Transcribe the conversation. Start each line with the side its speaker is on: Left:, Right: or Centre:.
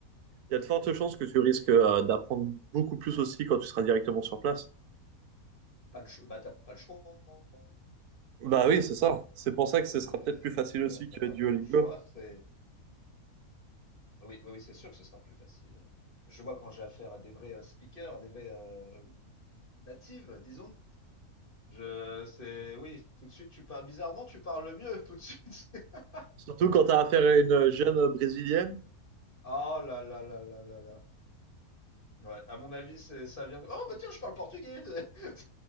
Right: Il y a de fortes chances que tu risques euh, d'apprendre beaucoup plus aussi quand tu seras directement sur place.
Left: Pas le, cho- bah, t'as pas le choix.
Right: Bah oui, c'est ça. C'est pour ça que
Left: T'es-
Right: ce sera peut-être plus facile aussi
Left: Tu vois, t'as
Right: que
Left: pas
Right: Duolingo.
Left: vraiment le choix. C'est, oui, oui, oui, c'est sûr que ce sera plus facile. Je vois quand j'ai affaire à des vrais euh, speakers, à des vrais euh, natives, disons. Je, c'est, oui, tout de suite, tu parles, bizarrement, tu parles mieux, tout de suite. <laughs>
Right: Surtout quand tu as affaire à une jeune brésilienne.
Left: Oh là là là là là là. Ouais, à mon avis, c'est, ça vient. Oh, bah tiens, je parle portugais! <laughs>